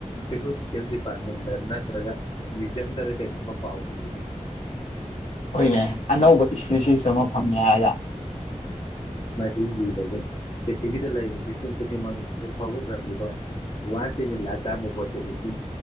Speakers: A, on the left (about 35°); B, on the left (about 65°).
A: ꯖꯂꯣꯖꯤꯀꯦꯜ ꯗꯤꯄꯥꯔꯠꯃꯦꯟꯗ ꯅꯠꯇ꯭ꯔꯒ ꯃ꯭ꯌꯨꯖꯤꯝꯗꯔ ꯀꯩꯅꯣꯝꯃ ꯄꯥꯎ ꯄꯤꯕ
B: ꯍꯣꯏꯅꯦ ꯑꯅꯧꯕ ꯏꯁꯨ ꯏꯁꯤꯁꯨ ꯑꯃ ꯐꯪꯉꯦ ꯍꯥꯏꯔꯒ
A: ꯑ ꯃ <unintelligible> ꯄ꯭ꯔꯤꯊꯤꯕꯤꯗ ꯂꯩꯔꯤꯕ ꯃꯤꯄꯨꯝ ꯈꯨꯗꯤꯡꯃꯛꯅ ꯍꯧ ꯐꯥꯎ ꯎꯡꯗ ꯋꯥꯟꯁ ꯏꯟ ꯑꯦ ꯂꯥꯏꯕ ꯇꯥꯏꯃ ꯑꯣꯄꯣꯔꯆꯨꯅꯤꯇꯤ